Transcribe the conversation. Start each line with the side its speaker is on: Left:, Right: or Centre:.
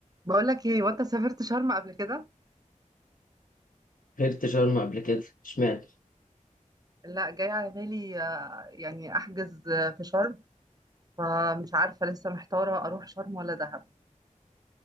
Right: بقول لك ايه وانت سافرت شرم قبل كده
Left: سافرت شرم قبل كده اشمعنى
Right: لا جاي على بالي آه، يعني احجز آه، في شرم فمش عارفه لسه محتاره اروح شرم ولا دهب